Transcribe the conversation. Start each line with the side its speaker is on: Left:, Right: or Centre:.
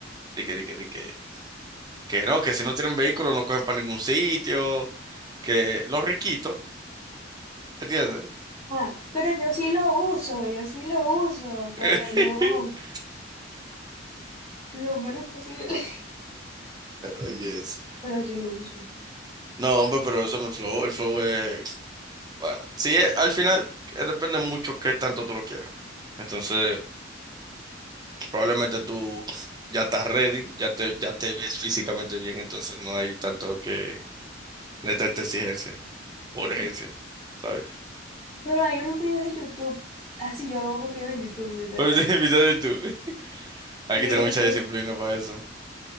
Right: de que, de que, de que, que no, que si no tienen vehículo no cogen para ningún sitio, que los riquitos, ¿entiendes?
Left: Ah, pero yo sí lo uso, yo sí lo uso, pero
Right: <laughs>
Left: no
Right: <laughs>
Left: lo menos posible, <laughs>
Right: Oye, eso.
Left: pero sí lo uso.
Right: No, hombre, pero eso no es flow. El flow es, bueno, sí, eh, al final eh, depende mucho qué tanto tú lo quieras. Entonces, probablemente tú ya estás ready, ya te, ya te ves físicamente bien, entonces no hay tanto que, no hay tanta exigencia o urgencia, ¿sabes?
Left: Pero hay unos videos en YouTube, así yo hago con videos en YouTube,
Right: <laughs>
Left: literal.
Right: Oye, <laughs> invitado tú. Hay
Left: Sí,
Right: que tener
Left: entonces,
Right: mucha disciplina para eso.